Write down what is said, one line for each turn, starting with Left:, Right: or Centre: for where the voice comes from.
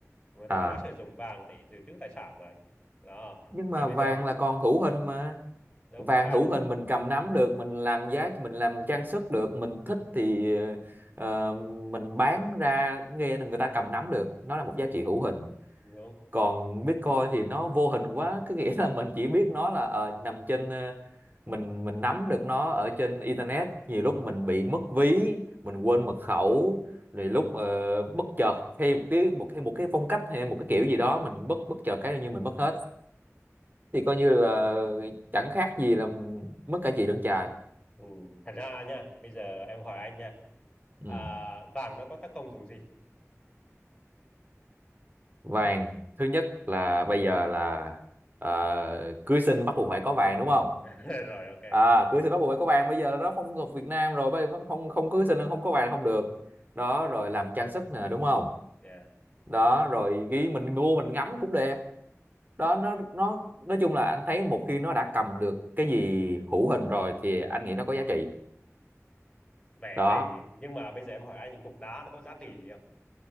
Left: người ta
Right: à
Left: người đã sử dụng vàng để dự trữ tài sản rồi đó
Right: nhưng mà
Left: thì bây
Right: vàng
Left: giờ
Right: là còn hữu hình mà
Left: đúng
Right: vàng
Left: ở vàng
Right: hữu hình mình cầm
Left: đúng
Right: nắm được mình làm giá mình làm trang sức được mình thích thì ờ, mình bán ra nghe là người ta cầm nắm được nó là một giá trị hữu hình
Left: đúng
Right: còn Bitcoin thì nó vô hình quá <laughs> cứ nghĩa là mình chỉ biết nó là ờ, nằm trên ờ, mình mình nắm được nó ở trên internet nhiều lúc mình bị mất ví mình quên mật khẩu rồi lúc ờ, bất chợt hay một cái một hay một cái phong cách hay một cái kiểu gì đó mình bất bất chợt cái như mình mất hết thì coi như là chẳng khác gì là mất cả chị lẫn chài
Left: ừ. thật ra nha bây giờ em hỏi anh nha
Right: ừ.
Left: à, vàng nó có tác công dùng gì
Right: vàng thứ nhất là bây giờ là ờ, cưới xin bắt buộc phải có vàng đúng không
Left: <laughs> rồi ok
Right: à cưới xin bắt buộc phải có vàng bây giờ là đó phong tục Việt Nam rồi bây vẫn không không cưới xin là không có vàng không được đó rồi làm trang sức nè đúng không
Left: yeah.
Right: đó rồi ghi mình mua mình ngắm cũng đẹp đó nó nó nói chung là anh thấy một khi nó đã cầm được cái gì hữu hình rồi thì anh nghĩ nó có giá trị
Left: về
Right: đó
Left: về nhưng mà bây giờ em hỏi anh cục đá nó có giá trị gì không